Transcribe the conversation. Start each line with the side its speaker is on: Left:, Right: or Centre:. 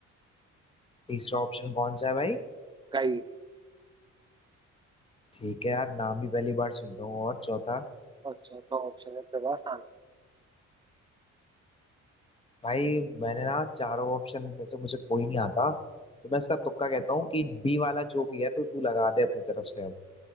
Left: तीसरा ऑप्शन कौन सा है भाई
Right: गाइड
Left: ठीक है यार नाम भी पहली बार सुन रहा हूँ और चौथा
Right: और चौथा ऑप्शन है तेरे पास आनंद
Left: भाई मैंने ना चारों ऑप्शन में से मुझे कोई नहीं आता तो मैं इसका तुक्का कहता हूँ कि बी वाला जो भी है तो तू लगा दे अपनी तरफ से अब